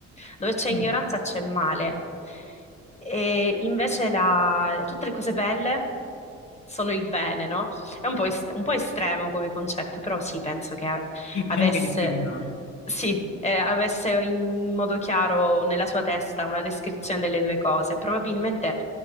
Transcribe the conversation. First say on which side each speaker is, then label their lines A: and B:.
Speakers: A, on the left; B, on the left.
A: dove c'è
B: Mm.
A: ignoranza c'è male. E invece la- tutte le cose belle sono il bene, no? È un po', est- un po' estremo come concetto, però sì, penso che a-
B: Sì, diciamo
A: avesse,
B: che è discriminante.
A: sì, eh, avesse in modo chiaro nella sua testa una descrizione delle due cose. Probabilmente